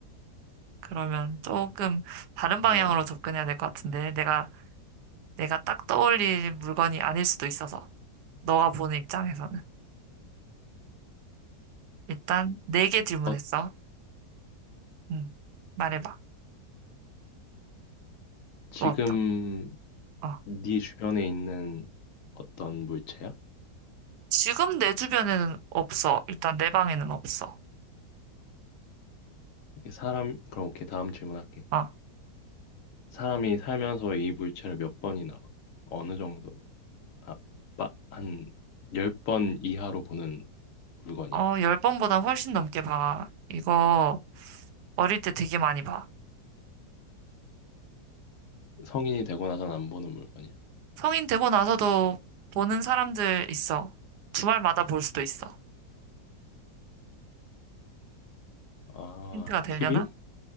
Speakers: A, on the right; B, on the left.
A: 그러면 조금 다른 방향으로
B: 어,
A: 접근해야 될 것 같은데, 내가, 내가 딱 떠올릴 물건이 아닐 수도 있어서, 너가 보는 입장에서는. 일단, 네 개 질문했어.
B: 어,
A: 응, 말해봐.
B: 지금
A: 또 어떤, 거? 어.
B: 네 주변에 있는 어떤 물체야?
A: 지금 내 주변에는 없어. 일단 내 방에는 없어.
B: 이게 사람, 그럼 오케이, 다음 질문할게.
A: 어,
B: 사람이 살면서 이 물체를 몇 번이나 봐? 어느 정도? 아, 마, 한 10번 이하로 보는 물건이야?
A: 어, 열 번보다 훨씬 넘게 봐. 이거 어릴 때 되게 많이 봐.
B: 성인이 되고 나선 안 보는 물건이야?
A: 성인 되고 나서도 보는 사람들 있어. 주말마다 볼 수도 있어.
B: 아,
A: 힌트가 되려나?
B: TV?